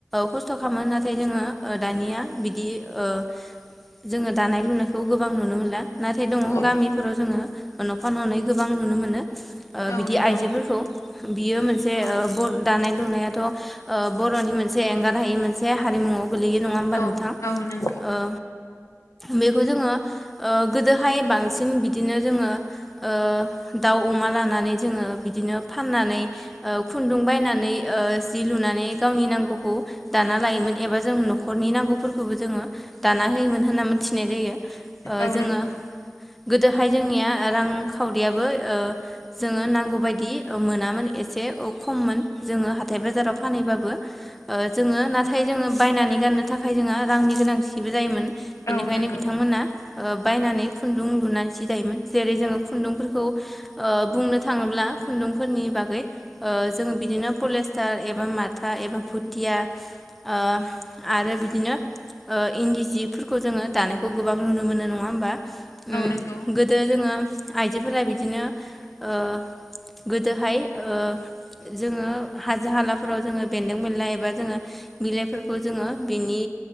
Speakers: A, in the centre; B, on the left (about 75°).
A: खस्थ' खालामो नाथाय जोङो दानिया बिदि ओ जोङो दानाय लुनायखौ गोबां नुनो मोनला नाथाय दङ
B: औ
A: गामिफोराव जोङो न'फा न'नै गोबां नुनो मोनो। ओ
B: औ
A: बिदि
B: नंगौ
A: आइजोफोरखौ बियो मोनसे
B: औ
A: ओ गर दानाय लुनायाथ' बर'नि मोनसे एंगार हायै मोनसे हारिमुवाव गोलैयो। नङा होमबा
B: औ
A: नोंथां
B: औ नंगौ।
A: ओ बेखौ जोङो ओ गोदोहाय बांसिन बिदिनो जोङो ओ दाउ अमा लानानै जोङो बिदिनो फान नानै ओ खुन्दुं बायनानै ओ जि लुनानै गावनि नांगौखौ दाना लायोमोन। एबा जों न'खरनि नांगौफोरखौबो जोङो दाना होयोमोन होनना मोनथिनाय जायो। ओ
B: औ
A: जोङो
B: नोंगौ।
A: गोदोहाय जोंनिया रांखावरियाबो ओ जोङो नांगौबायायदि ओ मोनामोन। से औ खोमोन जोङा हाथाय बाजाराव फानैबाबो ओ जोङो नाथाय जोङो बायनानै। जानो थाखाय जोंहा रांनि गोनांथिबो जायोमोन बेनिखायनो
B: औ नंगौ
A: बिथांमोना ओ बायनानै खुन्दुं लु नानै सिदायोमोन जेरै जोङो खुन्दुंफोरखौ ओ बुंनो थाङोब्ला खुन्दुंफोरनि बागै ओ जों बिदिनो पलेस्टार एबा माथा एबा भुथिया। ओ आरो बिदिनो। ओ इन्दि जिफोरखौ जोङो दानायखौ गोबां नुनो मोनो नङा होमबा। उम
B: औ नंगौ
A: गोदो जोङो आइजोफोरा बिदिनो ओ गोदोहाय ओ जोङो हाजो हालाफोराव जोङो बेन्दों बेनला एबा जोङो बिलाइफोरखौ जोङो बिनि